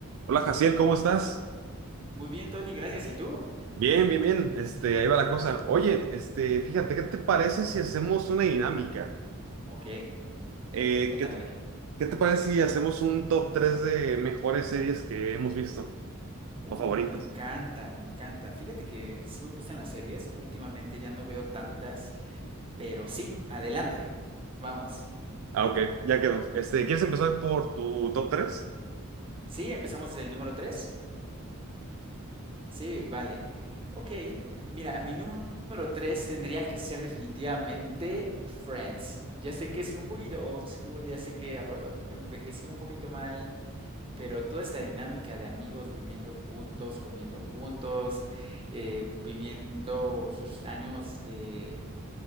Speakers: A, on the right; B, on the right.
A: Hola, Jaciel, ¿cómo estás?
B: Muy bien, Tony, gracias. ¿Y tú?
A: Bien, bien, bien. Este, ahí va la cosa. Oye, este, fíjate, ¿qué te parece si hacemos una dinámica?
B: Ok,
A: Eh,
B: cuéntame.
A: ¿qué te, qué te parece si hacemos un top 3 de mejores series que hemos visto
B: Uh,
A: o favoritas?
B: me encanta, me encanta. Fíjate que sí me gustan las series. Últimamente ya no veo tantas, pero sí, adelante. Vamos.
A: Ah, ok, ya quedó. Este, ¿quieres empezar por tu top tres?
B: Sí, empezamos desde el número 3. Sí, vale. Ok, mira, mi número 3 tendría que ser definitivamente Friends. Ya sé que es un poquito old school, ya sé que abro- envejeció un poquito mal, Pero toda esta dinámica de amigos viviendo juntos, comiendo juntos, eh, viviendo sus años de